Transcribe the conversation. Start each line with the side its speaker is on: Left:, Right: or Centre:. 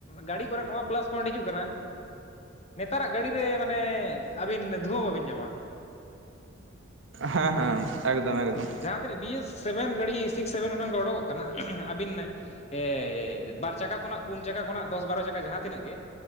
Left: ᱜᱟᱹᱰᱤ ᱠᱚᱨᱮ ᱱᱚᱣᱟ ᱯᱞᱟᱥ ᱯᱚᱭᱮᱱᱴ ᱦᱤᱡᱩᱜ ᱠᱟᱱᱟ ᱱᱮᱛᱟᱨᱟᱜ ᱜᱟᱹᱰᱤᱨᱮ ᱢᱟᱱᱮ ᱟᱹᱵᱤᱱ ᱫᱷᱩᱣᱟᱹ ᱵᱟᱹᱵᱤᱱ ᱧᱟᱢᱟ᱾
Right: ᱦᱮᱸ ᱦᱮᱸ᱾ ᱮᱠᱫᱚᱢ ᱮᱠᱫᱚᱢ
Left: ᱦᱩᱸ ᱡᱟᱦᱟᱸ ᱛᱤᱱᱟᱹᱜ ᱵᱤ ᱮᱥ ᱥᱮᱵᱷᱮᱱ ᱜᱟᱹᱰᱤ ᱥᱤᱠᱥ ᱥᱮᱵᱷᱮᱱ ᱚᱱᱮ ᱚᱱᱠᱟ ᱚᱰᱩᱠᱚᱜ ᱠᱟᱱᱟ, ᱟᱹᱵᱤᱱ ᱮ ᱵᱟᱨ ᱪᱟᱠᱟ ᱠᱷᱚᱱᱟᱜ ᱯᱩᱱ ᱪᱟᱠᱟ ᱠᱷᱚᱱᱟᱜ ᱫᱚᱥ ᱵᱟᱨᱚ ᱪᱟᱠᱟ ᱡᱟᱦᱟᱸ ᱛᱤᱱᱟᱹᱜ ᱜᱮ